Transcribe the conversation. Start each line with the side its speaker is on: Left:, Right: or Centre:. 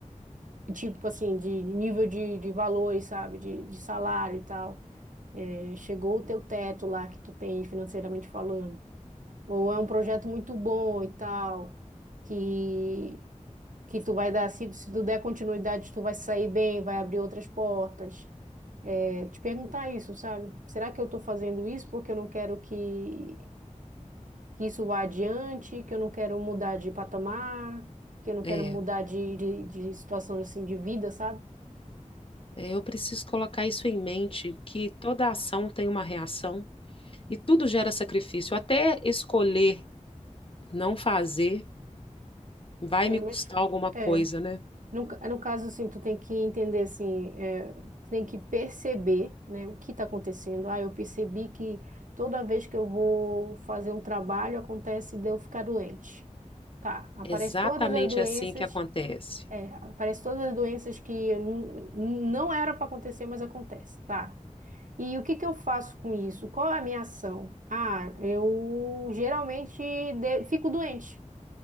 Right: tipo assim, de nível de, de valores, sabe, de, de salário e tal. É, chegou o teu teto lá que tu tem financeiramente falando. ou é um projeto muito bom e tal, que que tu vai dar, se, se tu der continuidade, tu vai sair bem, vai abrir outras portas. É, te perguntar isso, sabe? Será que eu tô fazendo isso porque eu não quero que, que isso vá adiante, que eu não quero mudar de patamar, que eu não quero
Left: é
Right: mudar de, de, de situação assim de vida, sabe?
Left: é, eu preciso colocar isso em mente que toda ação tem uma reação E tudo gera sacrifício. Até escolher não fazer vai
Right: É,
Left: me
Right: mas
Left: custar alguma coisa,
Right: é,
Left: né?
Right: No, ca- no caso, assim, tu tem que entender, assim, é, tu tem que perceber, né, o que está acontecendo. Ah, eu percebi que toda vez que eu vou fazer um trabalho, acontece de eu ficar doente. Tá, aparece
Left: Exatamente
Right: todas as doenças,
Left: assim que acontece.
Right: é, aparece todas as doenças que eu nu- não era para acontecer, mas acontece, tá? E o que que eu faço com isso? Qual é a minha ação? Ah, eu geralmente de- fico doente.